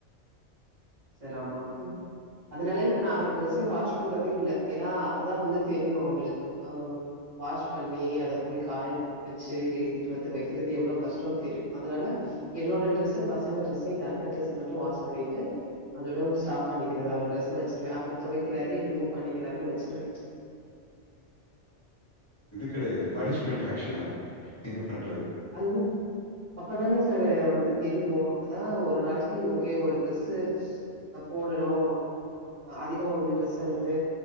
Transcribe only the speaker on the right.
சார் ஆமா. ஹும் அதனால இப்ப நா அவர் டிரஸ்ஸ வாஷ் பண்றதே இல்ல. ஏன்னா அப்பதா வந்து தெரியு அவங்களுக்கு ஆ வாஷ் பண்ணி அத போய் காய வச்சு எடுத்துட்டு வந்து வைக்கறது எவ்ளோ கஷ்டோன்னு தெரியு அதனால என்னோட டிரெஸ்ஸு பசங்க டிரெஸ்ஸு எங்க அத்த டிரெஸ் மட்டு வாஷ் பண்ணிட்டு அதோட ஸ்டாப் பண்ணிக்கிறது அவர் டிரெஸ்ஸ வச்சிருவே அவரு தொவைக்கிறாரு என்னமோ பண்ணிக்கிறாருன்னு வச்சிருவே.
அதுதா அப்பதான சார் வந்து தெரியு. அப்பதா ஒரு நாளைக்கி ஓகே ஒரு ட்ரெஸ்ஸு ஆ போடணு ஆ அதிகமா வந்து ட்ரெஸ்ஸ வந்து